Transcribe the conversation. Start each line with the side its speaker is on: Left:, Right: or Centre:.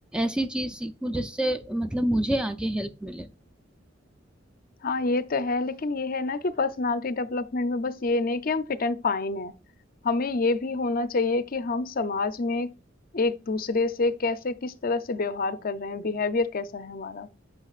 Centre: ऐसी चीज सीखूं जिससे मतलब मुझे आगे हेल्प मिले
Left: हाँ ये तो है लेकिन ये है ना कि पर्सनालिटी डेवलपमेंट में बस ये नहीं कि हम फिट एंड फाइन है हमें ये भी होना चाहिए कि हम समाज में एक दूसरे से कैसे किस तरह से व्यवहार कर रहे हैं बिहेवियर कैसा है हमारा